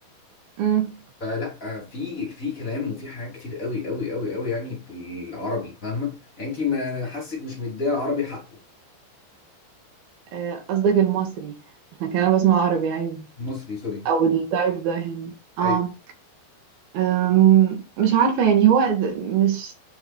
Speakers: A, on the right (about 75°); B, on the left (about 20°).
A: إمم.
B: فلا آه، في في كلام وفي حاجات كتير قوي قوي قوي قوي يعني في العربي فاهمة يعني انت ما حاسك مش مديه العربي حقه
A: آه، قصدك المصري لكن انا بسمع عربي عادي
B: المصري سوري
A: او التايب ده هنا اه
B: ايوه
A: أم، مش عارفه يعني هو د- مش